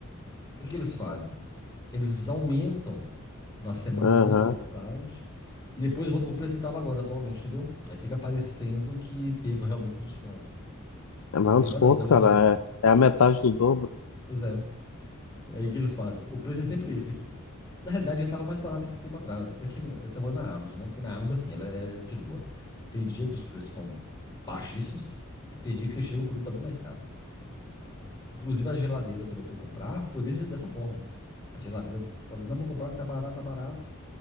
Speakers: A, on the left (about 20°); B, on the left (about 85°).
A: O que que eles fazem? Eles aumentam nas semanas
B: Aham.
A: antes da Black Friday e depois volta pro preço que estava agora atualmente, entendeu? Aí fica parecendo que teve realmente um desconto.
B: É mais
A: Eu vi
B: um desconto,
A: várias lojas
B: cara.
A: fazendo isso.
B: É, é a metade do dobro.
A: Pois é. E Aí o que eles fazem? O preço é sempre esse aqui. Na realidade, ele estava mais barato esse tempo atrás. Aqui na- eu estava na Amazon, né? Porque na Amazon, assim, ela é de lua. Tem dia que os preços estão baixíssimos e tem dia que você chega o produto tá bem mais caro. Inclusive a geladeira, quando eu fui comprar, foi desse- dessa forma. A geladeira, eu falei, não, vou comprar que tá barato, tá barato.